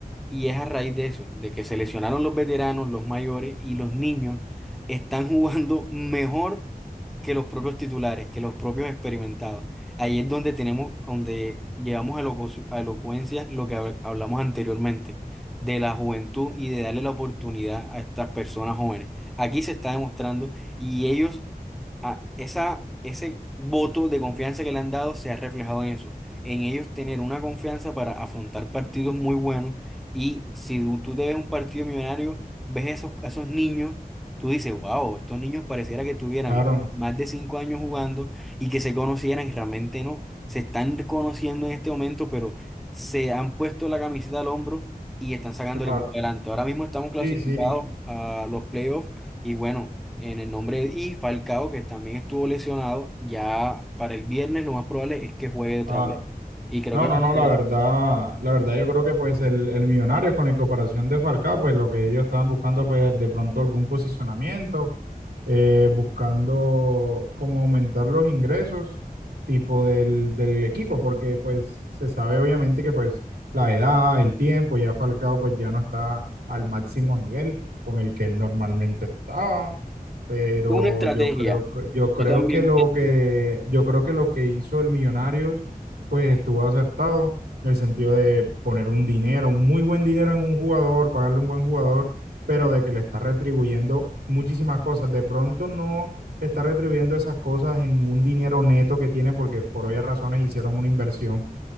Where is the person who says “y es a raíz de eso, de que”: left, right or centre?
Centre